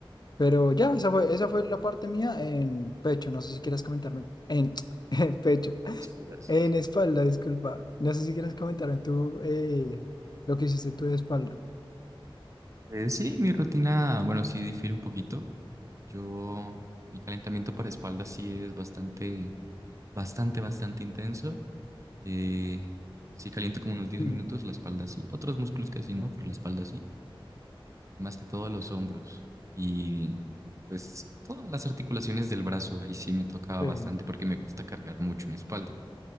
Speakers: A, on the left (about 50°); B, on the right (about 35°).
A: Pero ya, esa fue, esa fue la parte mía en pecho, no sé si quieras comentarme, en, <laughs> <tsk> en pecho,
B: por espaldas.
A: en espalda, disculpa. No sé si quieras comentarme tú eh, lo que hiciste tú de espalda.
B: Eh, sí, mi rutina, bueno, sí difiere un poquito. Yo, mi calentamiento para espalda sí es bastante, bastante, bastante intenso. Eh, sí caliento como unos diez
A: Ujú.
B: minutos la espalda sí. Otros músculos casi no, pero la espalda sí. Y más que todo los hombros. Y pues todas las articulaciones del brazo. Ahí sí me toca
A: Sí.
B: bastante porque me gusta cargar mucho mi espalda.